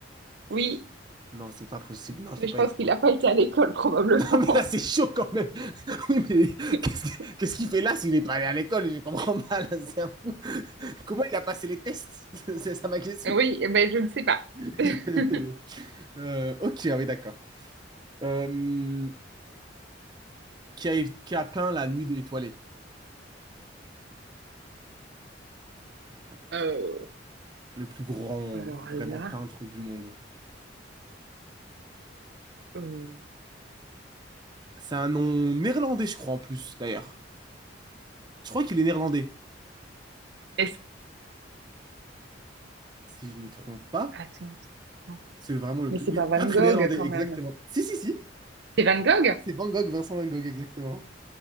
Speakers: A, on the right; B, on the right.
A: oui,
B: Non, c'est pas possible. Non, je
A: mais
B: peux
A: je
B: pas
A: pense
B: y croire.
A: qu'il n'a pas été à l'école probablement.
B: Non, mais là, c'est chaud quand même. <laughs> Oui, mais
A: <laughs>
B: qu'est-ce que- qu'est-ce qu'il fait là s'il n'est pas allé à l'école? Je comprends pas. Là, c'est un peu- <laughs> Comment il a passé les tests? <laughs> C'est ça ma question.
A: Oui, eh ben je ne sais pas.
B: <laughs>
A: <laughs>
B: Euh, ok, ah oui, d'accord. Euh, qui a, qui a peint La Nuit étoilée? Tac.
A: Euh,
B: Le plus grand,
A: alors
B: vraiment,
A: là,
B: peintre du monde.
A: euh,
B: C'est un nom néerlandais, je crois, en plus, d'ailleurs. Je crois qu'il est néerlandais.
A: est-ce
B: Si je me trompe pas,
A: Attends, attends, attends.
B: c'est vraiment le
A: Mais
B: plus...
A: c'est
B: Oui,
A: pas Van
B: peintre
A: Gogh
B: néerlandais,
A: quand
B: exactement.
A: même.
B: Si, si, si.
A: C'est Van Gogh?
B: C'est Van Gogh, Vincent Van Gogh, exactement.